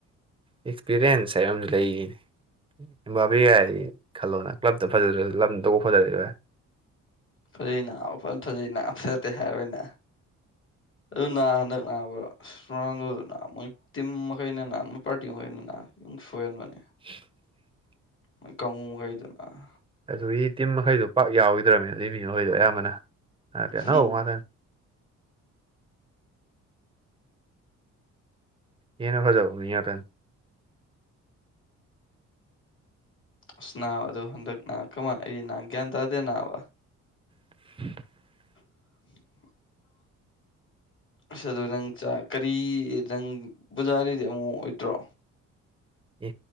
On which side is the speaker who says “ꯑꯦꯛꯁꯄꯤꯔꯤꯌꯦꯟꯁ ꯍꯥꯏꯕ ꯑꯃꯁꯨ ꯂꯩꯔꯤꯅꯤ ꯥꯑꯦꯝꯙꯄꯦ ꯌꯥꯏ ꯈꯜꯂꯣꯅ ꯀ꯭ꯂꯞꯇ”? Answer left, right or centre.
Right